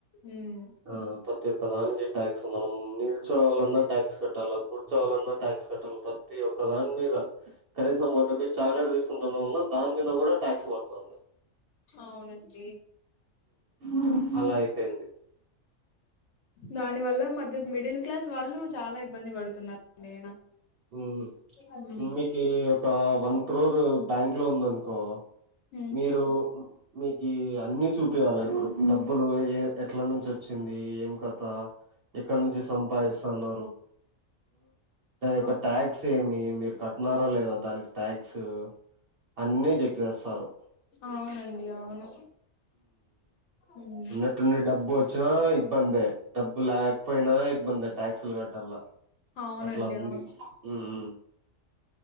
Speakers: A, on the left; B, on the right.
A: ఉమ్
B: ఆ ప్ర క్క దానికి ట్యాక్స్ మనం నిల్చోవాళన్నా ట్యాక్స్ కట్టాల కూర్చోవాలన్నా ట్యాక్స్ కట్టాలి ప్రతి ఒక్క దాని మీద కనీసం వట చాక్లెట్ తీసుకుంటున్నా ఉన్నా దాని మీద కూడా టాక్స్ ప తంది
A: అవునండి
B: ఉమ్ అలా అయిపోయింది
A: దాని వల్ల మధ్య మిడిల్ క్లాస్ వాళ్ళు చాలా ఇబ్బంది పడుతున్నారండి
B: ఉమ్
A: ఉమ్,
B: ఉమ్మి ఒక వన్ క్రోర్ బ్యాంక్ లో ఉంద అనుకో
A: ఉమ్,
B: మీరు మీకి అన్ని చూపియ్యాలా ఇప్పుడు డబ్బులు ఏ ఇంట్ల నుంచి వచ్చింది ఏం క పా ఎక్కడ నుంచి సంపాదిస్త తన
A: అ
B: యొక్క ట్యాక్స్ ఏమి మీరు కట్టినారా లేదా దానికి ట్యాక్స్ అన్ని చెక్ చేస్తారు
A: అవునండి అవును ఉమ్,
B: ఉన్నట్టుండి డబ్బు వచ్చ చానా ఇబ్బందే డబ్ లేకపోయినా ఇబ్బంది ట్యాక్సులు కట్టల్ల
A: అవునండి
B: అలా ఉంది
A: అవును
B: ఉమ్